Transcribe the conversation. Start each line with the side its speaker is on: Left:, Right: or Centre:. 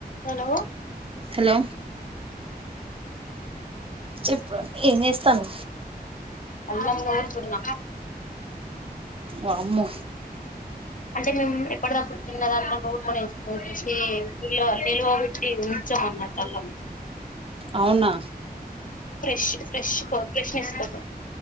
Left: hello
Right: hello చెప్పు ఏంచేస్ తను
Left: అల్లం నూరుతున్న
Right: వామ్మో
Left: అంటే మేము ఎప్పటిదప్పుడు చిన్న దాంట్లో నూరుకొని వేసుకుంటాం నిలువ పెట్టి ఉంచం అన్నమాట అల్లం
Right: అవునా
Left: ఫ్రెష్ ఫ్రెష్ ఫ్రెష్నెస్ కోసం